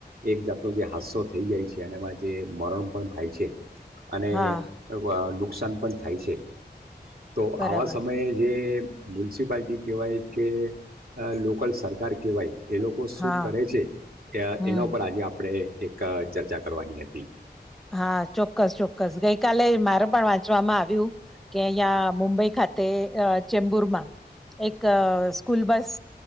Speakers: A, on the right; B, in the centre.
A: એક જાતનો જે હદસો થઈ જાય છે અને એમાં જે મરણ પણ થાય છે અને
B: હા
A: નુકસાન પણ થાય છે તો
B: બરાબર
A: આવા સમયે જે મ્યુનિસિપાલટી કેવાય કે લોકલ સરકાર કેવાય એ લોકો શું
B: હા
A: કરે છે
B: હમ
A: એના ઉપર આજે આપણે એક ચર્ચા કરવાની હતી
B: હા ચોક્કસ ચોક્કસ ગઈકાલે મારે પણ વાંચવામાં આવ્યું કે અહિયાં મુંબઈ ખાતે ચેમ્બુર માં એક સ્કૂલ બસ